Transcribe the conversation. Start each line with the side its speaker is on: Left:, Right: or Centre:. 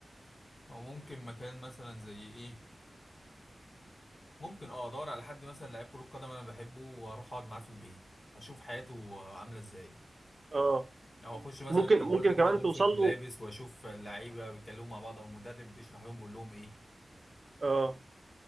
Left: وممكن مكان مثلا زي ايه ممكن اه ادور على حد مثلا لعيب كرة قدم انا بحبه واروح اقعد معاه في البيت اشوف حياته آه، عاملة ازاي
Right: اه
Left: او اخش مثلا
Right: ممكن
Left: انت ما
Right: ممكن
Left: قلت كده
Right: كمان
Left: غرفة
Right: توصل له
Left: ملابس واشوف اللعيبة بيتكلموا مع بعض او المدرب بيشرح لهم بيقول لهم ايه
Right: اه